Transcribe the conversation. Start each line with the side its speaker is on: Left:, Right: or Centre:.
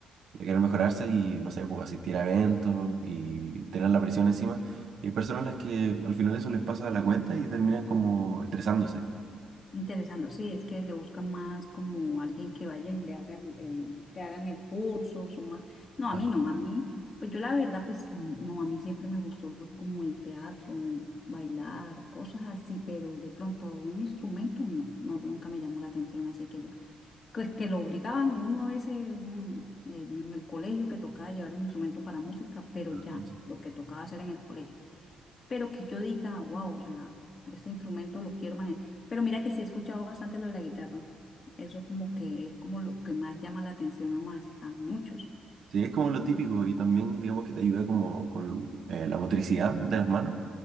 Right: de querer mejorarse y, no sé, pues asistir a eventos y tener la presión encima. Y hay personas a las que al final eso les pasa de la cuenta y terminan como estresándose.
Left: Interesando, sí, es que le buscan más como alguien que vaya y le haga el, el- que hagan el curso, son más. No, a
Right: Ah,
Left: mí no, a mí, pues yo la verdad, pues n- no, a mí siempre me gustó, fue como el teatro, bailar, cosas así, pero de pronto un instrumento no, no, nunca me llamó la atención, así que yo, pues que lo obligaban uno a veces un- en el colegio que tocaba llevar un instrumento para música, pero
Right: ah,
Left: ya,
Right: sí, sí.
Left: lo que tocaba hacer en el colegio pero que yo diga, wow, o sea, este instrumento lo quiero manejar. Pero mira que sí he escuchado bastante lo de la guitarra. Eso como que es como lo que más llama la atención a más, a muchos.
Right: Sí, es como lo típico y también digamos que te ayuda como con eh, la motricidad de las manos,